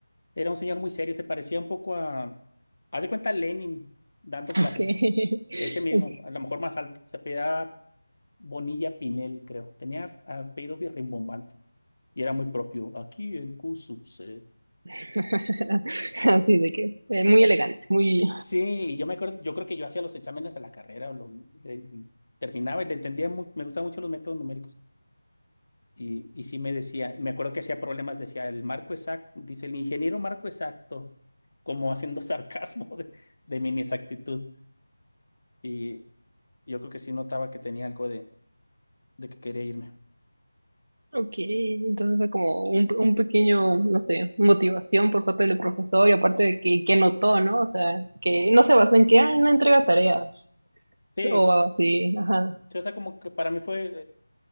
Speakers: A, on the left; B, on the right.
A: Era un señor muy serio, se parecía un poco a, haz de cuenta, Lenin dando clases.
B: Ok, <laughs>
A: Ese mismo,
B: ok.
A: a lo mejor más alto. Se apellidaba Bonilla Pinel, creo. Tenía apellido bien rimbombante y era muy propio. Aquí el Q sub C.
B: <laughs> Así de que, eh, muy elegante, muy,
A: Sí, y yo me acuerdo, yo creo que yo hacía los exámenes a la carrera o lo- y terminaba y le entendía mucho, me gustaban mucho los métodos numéricos. Y, y sí me decía, me acuerdo que hacía problemas, decía el marco exacto, dice el ingeniero marco exacto, como haciendo <laughs> sarcasmo de, de mi inexactitud. Y yo creo que sí notaba que tenía algo de, de que quería irme.
B: Ok, entonces fue como un, un pequeño, no sé, motivación por parte del profesor y aparte de que, que notó, ¿no? O sea, que no se basó en que, ah, no entrega tareas
A: Sí,
B: o
A: co-
B: así, ajá,
A: sí, o sea, como que para mí fue,